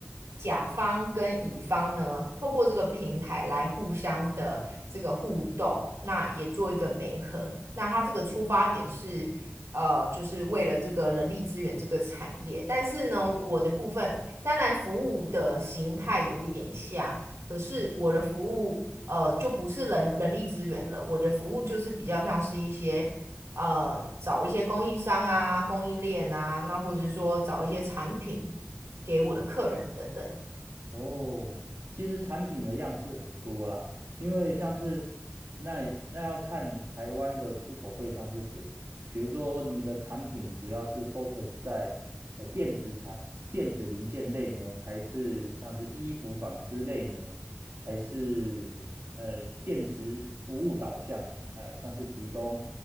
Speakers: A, on the right; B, on the right.
A: 甲方跟乙方呢，透过这个平台来互相的这个互动，那也做一个媒合。那他这个出发点是，呃，就是为了这个人力资源这个产业。但是呢，我的部分当然服务的形态有一点像，可是我的服务。呃，就不是人人力资源了，我的服务就是比较像是一些呃找一些供应商啊、供应链啊，那或者是说找一些产品给我的客人等等。
B: 哦，其实产品的样式很多啦，因为像是那那要看台湾的出口对象是谁。比如说，你的产品主要是 focus 在呃电子产电子零件类呢，还是像是衣服纺织类呢，还是呃电子服务导向？呃，像是提供。